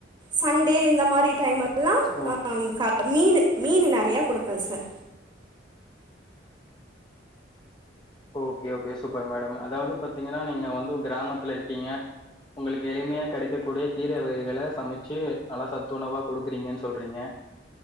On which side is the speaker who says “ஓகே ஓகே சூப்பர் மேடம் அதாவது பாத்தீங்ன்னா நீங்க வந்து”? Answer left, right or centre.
Left